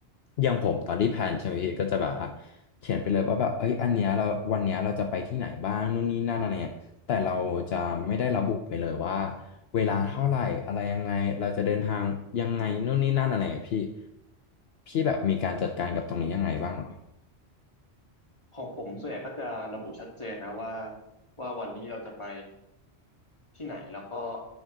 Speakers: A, on the left; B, on the left.
A: อย่างผมตอนที่แพนใช่ไหมพี่ก็จะแบบอ่ะเขียนไปเลยว่าแบบเอ้ยอันเนี้ยเราวันเนี้ยเราจะไปที่ไหนบ้างนู่นนี่นั่นอะไรเงี้ย แต่เราจะไม่ได้ระบุไปเลยว่าเวลาเท่าไหร่อะไรยังไงเราจะเดินทางยังไงนู่นนี่นั่นอะไรอะพี่พี่แบบมีการจัดการกับตรงนี้ยังไงบ้างเหรอ
B: ของผมส่วนใหญ่ก็จะระบุชัดเจนนะว่าว่าวันนี้เราจะไปที่ไหนแล้วก็